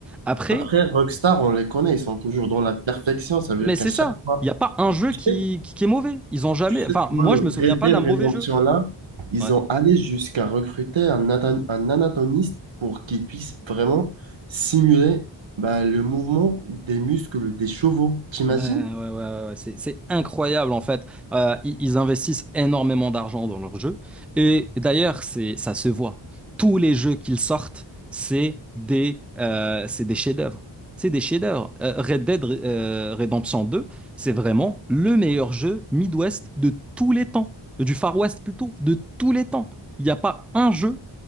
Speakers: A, in the centre; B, on the right.
A: après
B: après, Rockstar, on les connaît, ils sont toujours dans la perfection, ça veut
A: mais
B: dire qu'à
A: c'est
B: chaque
A: ça
B: fois...
A: il n'y a pas un jeu
B: <laughs>
A: qui, qui, qui est mauvais ils ont jamais
B: tu sais,
A: enfin
B: tu
A: moi
B: vois, le
A: je
B: Red
A: me souviens pas
B: Dead
A: d'un
B: Redemption
A: mauvais jeu
B: là, ils
A: ouais.
B: ont allé jusqu'à recruter un, ata- un anatomiste pour qu'il puisse vraiment simuler bah, le mouvement des muscles des chevaux. T'imagines?
A: Ouais, ouais, ouais, ouais, ouais, C'est, c'est incroyable en fait. Euh, ils, ils investissent énormément d'argent dans leurs jeux. Et d'ailleurs, c'est, ça se voit. Tous les jeux qu'ils sortent, c'est des, euh, c'est des chefs-d'œuvre. C'est des chefs-d'œuvre. Euh, Red Dead euh, Redemption 2, c'est vraiment le meilleur jeu Midwest de tous les temps. Du Far West plutôt, de tous les temps. Il n'y a pas un jeu